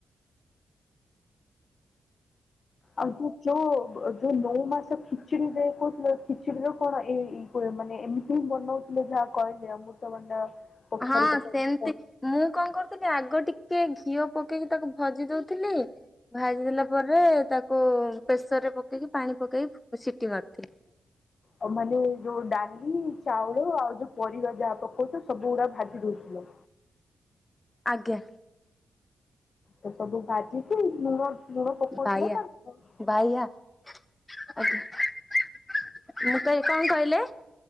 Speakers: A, on the left (about 50°); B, on the left (about 20°).
A: ଆଉ ଯୋଉ ଯୋଉ ନଉ ମାସ ଖିଚୁଡି ଦେ କହୁଥିଲ ଖିଚୁଡିର କଣ ଏଇ ମାନେ ଏମିତି ହିଁ ବନଉଥିଲେ ଯାହା କହିଲେ ଅମୃତଭଣ୍ଡା। କଖାରୁ
B: ହାଁ-
A: ପକେଇକି
B: ସେମ୍ତି। ମୁଁ କନ୍ କର୍ଥି ଆଗ ଟିକେ୍ ଘିଅ ପକେଇକି ତାକୁ ଭାଜି ଦଉଥିଲି। ଭାଜି ଦେଲା ପରେ ତାକୁ ପ୍ରେସର୍ ରେ ପକେଇକି ପାଣି ପକେଇକ ସିଟି ମାରିଥିଲି।
A: ତାମାନେ ଯୋଉ ଡାଲି ଚାଉଳ ଆଉ ଯୋଉ ପରିବା ଯାହା ପକଉଛୁ ସବୁ ଗୁଡା ଭାଜି ଦଉଥିଲ।
B: ଆଜ୍ଞା।
A: ତ ସବୁ ଭାଜିଛିକି ଲୁଣ-ଲୁଣ ପୋକଉଥିଲ
B: ବାଇଆ
A: ନା <unintelligible>
B: ବାଇଆ ଆଜ୍ଞା ମୁଁତେ କାହିଁ କହିଲେ?